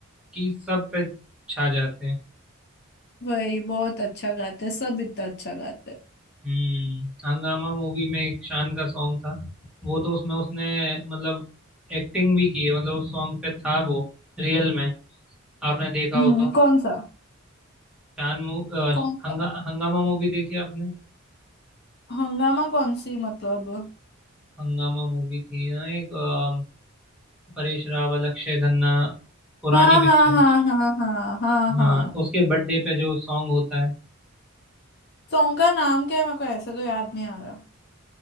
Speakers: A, in the centre; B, on the left (about 50°).
A: कि सब पे छा जाते हैं
B: वही बहुत अच्छा गाते हैं, सब इतना अच्छा गाते हैं।
A: हम्म हंगामा मूवी में एक शान का सॉन्ग था वो तो उसमें उसने मतलब एक्टिंग भी की है मतलब उस सॉन्ग पे था वो रियल में आपने देखा
B: हम्म
A: हो तो
B: कौन सा
A: शान मू अ,
B: कौन
A: श- हंगा,
B: सा
A: हंगामा मूवी देखी आपने
B: हंगामा कौन सी मतलब
A: हंगामा मूवी थी ना एक अ, परेश रावल अक्षय खन्ना पुरानी
B: हाँ हाँ
A: पिक्चर
B: हाँ हाँ हाँ हाँ हाँ
A: हाँ उसके बर्थडे पे जो सॉन्ग होता है
B: सॉन्ग का नाम क्या है मेरे को ऐसे तो याद नहीं आ रहा